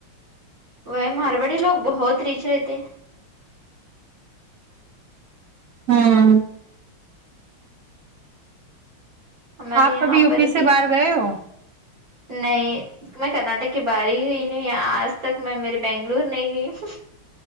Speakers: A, on the right (about 45°); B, on the right (about 60°).
A: وہ مارواڑی لوگ بہت ریچ رہتے
B: ہوں
A: ہمارے
B: آپ
A: یہاں
B: کبھی یو
A: پر
B: پی
A: بھی
B: سے باہر گئے ہو
A: نہیں میں کرناٹک کے باہر ہی گئی نہیں آج تک میں میرے بنگلور نہیں گئی ہوں